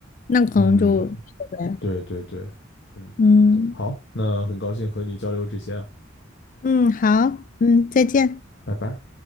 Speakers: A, on the left (about 40°); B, on the left (about 60°).
A: 那可能就，
B: 嗯，
A: 对
B: 对对对，嗯，
A: 嗯
B: 好，那很高兴和你交流这些啊，
A: 嗯，好，嗯，再见。
B: 拜拜。